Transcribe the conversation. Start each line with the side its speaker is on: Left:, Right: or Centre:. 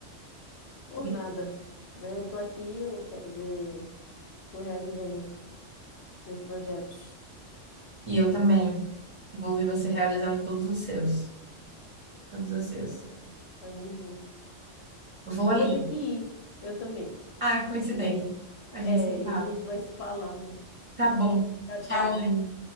Left: Por
Right: E
Left: nada. né? Eu tô aqui, eu quero ver, tô realizando teus projetos.
Right: e eu também vou ver você realizando todos os seus, todos os seus.
Left: Ah, tamo junto.
Right: Vou
Left: Eu
Right: ali.
Left: vou ter que ir, eu também.
Right: Ah, que coincidência.
Left: E aí,
Right: A gente
Left: é,
Right: se
Left: e
Right: fala.
Left: aí a gente vai se falando.
Right: Tá bom.
Left: Tchau,
Right: Tchau,
Left: tchau.
Right: Anne.